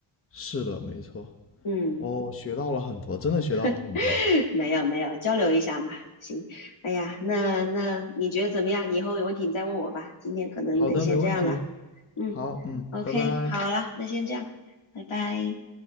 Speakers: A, on the left; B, on the left.
A: 是的，没错。
B: 嗯，
A: 哦，学到了很多，真的学到了很多。
B: <laughs> 没有没有，交流一下嘛。行，哎呀，那那你觉得怎么样？你以后有问题你再问我吧。今天可能得先这样了。
A: 好的，没问题。
B: 嗯，OK，
A: 好，嗯，拜拜。
B: 好了，那先这样，拜拜。